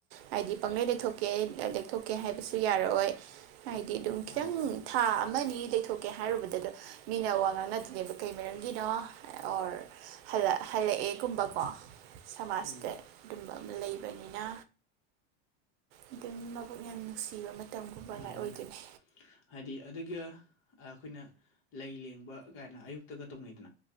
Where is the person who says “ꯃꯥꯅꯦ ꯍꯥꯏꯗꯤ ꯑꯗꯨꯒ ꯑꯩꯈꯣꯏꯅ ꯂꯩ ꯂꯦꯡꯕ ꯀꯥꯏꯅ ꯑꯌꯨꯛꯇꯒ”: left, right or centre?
Left